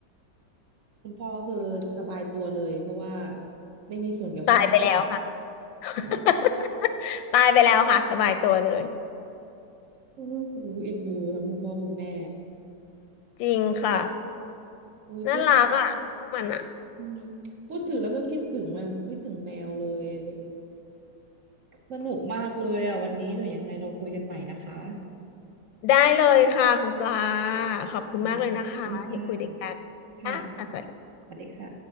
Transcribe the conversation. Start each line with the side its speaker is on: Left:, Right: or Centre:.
Right: คุณพ่อคือสบายตัวเลยเพราะว่าไม่มีส่วนเกี่ยวข้อง
Left: ตายไปแล้วค่ะ <laughs>
Right: โอ้โห
Left: ตายไปแล้วค่ะสบายตัวเลย
Right: เอ็นดูทั้งคุณพ่อคุณแม่
Left: จริงค่ะ
Right: อุ้ยพูด
Left: น่ารักอ่ะพวกมันอ่ะ
Right: อืมพูดถึงแล้วก็คิดถึงแมวคิดถึงแมวเลยเลยสนุกมากเลยอ่ะวันนี้หนูยังไงเราคุยกันใหม่นะคะ
Left: ได้เลยค่ะคุณปลาขอบคุณมากเลยนะคะที่คุยด้วยกันค่ะ
Right: นะขอบคุณค่ะค่ะสวัสดีค่ะ